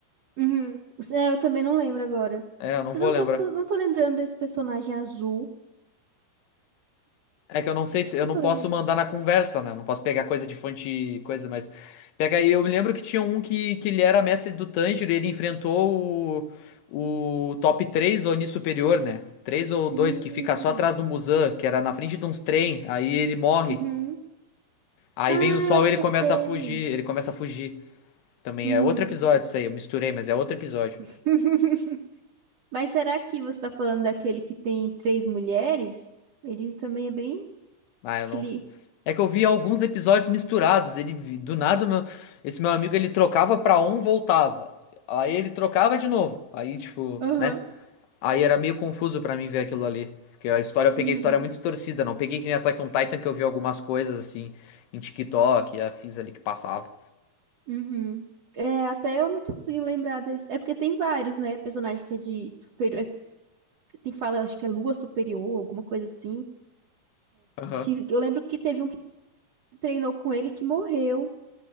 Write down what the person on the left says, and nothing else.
É, eu não
vou
lembrar.
É que eu não sei se eu
não
posso
mandar na conversa, né? Eu não posso pegar coisa de fonte, coisa, mas pega aí. Eu me lembro que tinha um que, que ele era mestre do Tanjiro e ele enfrentou o, o top 3 Oni superior, né? 3 ou dois
que fica só atrás do Muzan, que era na frente de uns trem, aí ele morre.
Aí
vem o sol
e ele
começa
a fugir, ele começa a fugir. Também
é outro episódio isso aí, eu misturei, mas é outro episódio.
Ah,
eu
não,
É que eu vi alguns episódios misturados. Ele vi- do nada meu, esse meu amigo ele trocava pra um, voltava. Aí ele trocava de novo. Aí tipo,
né? Aí era meio confuso pra mim ver aquilo ali, porque a história eu peguei
a história muito distorcida, não peguei que nem Attack on Titan que eu vi algumas coisas assim em TikTok, e afins ali que passava.
Aham.